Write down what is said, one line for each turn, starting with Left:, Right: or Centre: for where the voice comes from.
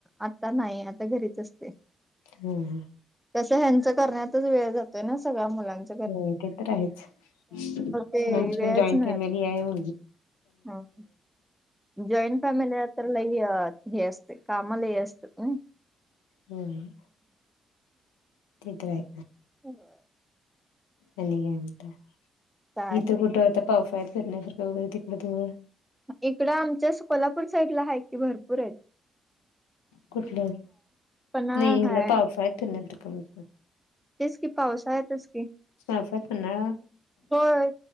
Centre: आत्ता नाय आत्ता घरीच असते.
Left: हम्म हम्म.
Centre: कसं ह्यांच करण्यातच वेळ जातोय न सगळा मुलांच्
Left: हो ते तर आहेच माजी्
Centre: ते वेळच
Left: पण जॉईंट
Centre: मिळत
Left: फॅमिलीये
Centre: नाही
Left: <unintelligible>
Centre: हा जॉईंट फॅमिली आ तर लय हे असते, कामं लई असत्यात न.
Left: हम्म, ते तराय.
Centre: हो.
Left: आणी काय म्हणता,
Centre: काय
Left: इथं
Centre: नाही
Left: कुठं त्या पावसाळ्यात फिरण्यासारखं वगैरे तिकडं थोडं
Centre: इकडं आमच्या स कोल्हापूर साईड ला हाय की भरपूरेत.
Left: कुठलं,
Centre: पन्हाळा
Left: नई हीला
Centre: हाय
Left: पावसात फिरण्यासारखं <unintelligible>
Centre: तेच कि पावसाळ्यातच की.
Left: पावसात पण ना.
Centre: होय